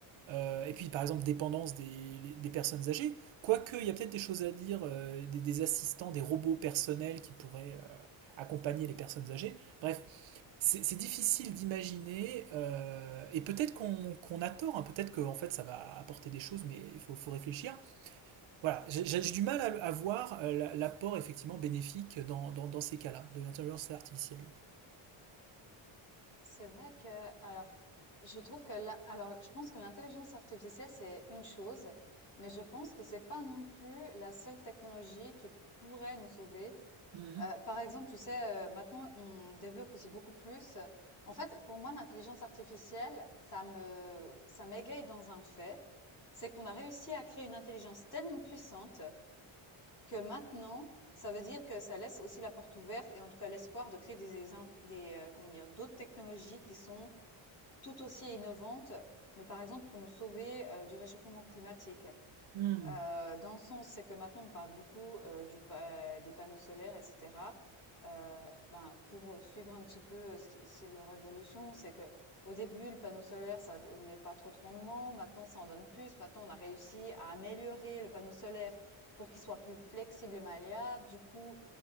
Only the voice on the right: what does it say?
euh, et puis, par exemple, dépendance des, des personnes âgées. Quoique, il y a peut-être des choses à dire, euh, des, des, assistants, des robots personnels qui pourraient euh, accompagner les personnes âgées. Bref, c'est c'est difficile d'imaginer, euh, et peut-être qu'on qu a tort, hein, peut-être qu'en en fait ça va apporter des choses, mais il faut, faut réfléchir. Voilà, j'ai j'ai du mal à, à voir euh, l'apport effectivement bénéfique dans, dans, dans ces cas-là, de l'intelligence artificielle.
Mmh.
Mmh.